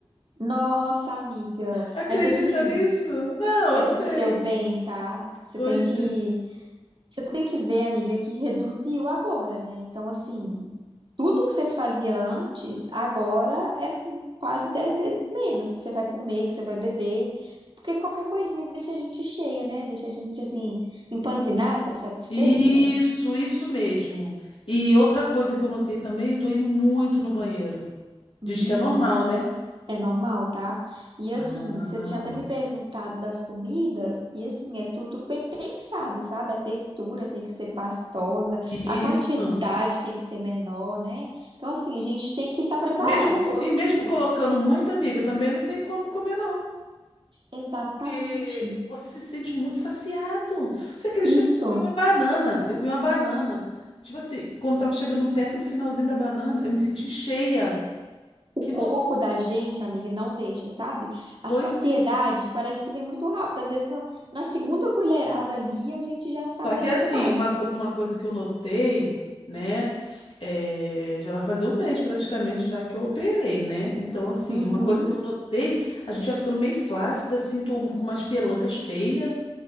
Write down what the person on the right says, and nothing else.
Nossa, amiga,
mas assim,
é
pro
seu bem, tá? Você
tem que Você tem que ver, amiga, que reduziu agora, né? Então, assim, tudo que você fazia antes, agora é quase 10 vezes menos que você vai comer, que você vai beber. Porque qualquer coisinha deixa a gente cheia, né? Deixa a gente, assim, empanzinada, satisfeita.
Menina.
É normal, tá? E assim,
você tinha até me perguntado das comidas, e assim, é tudo bem pensado, sabe? A textura tem que ser pastosa,
a quantidade tem que ser menor, né? Então, assim, a gente tem que estar preparado
todo
dia.
Exatamente.
Isso,
o
corpo
da gente, amiga, não deixa, sabe? A
saciedade
parece que vem muito rápido. Às vezes, na, na segunda colherada ali, a gente já não tá
aguentando
mais.
Uhum.